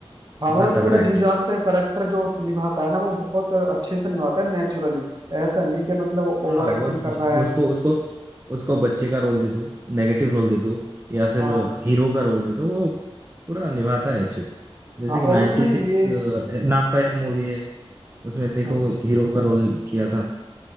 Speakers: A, on the right; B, on the right.
A: हाँ
B: इतना
A: मतलब
B: तगड़ा
A: पूरा
B: एक्टिंग
A: जी जान
B: कर
A: से करेक्टर जो निभाता है ना वो बहुत अच्छे से निभाता है नेचुरली ऐसा नहीं कि मतलब ओवर
B: हाँ
A: एक्टिंग
B: वो ज-
A: कर रहा है
B: उसको उसको उसको बच्चे का रोल दे दो नेगेटिव रोल दे दो या फिर
A: हाँ
B: हीरो का रोल दे दो वो पूरा निभाता है अच्छे से जैसे
A: हाँ
B: कि 96
A: और उसमें ये
B: सिक्स नाम का एक मूवी है उसमें देखो
A: अच्छा
B: हीरो का रोल किया था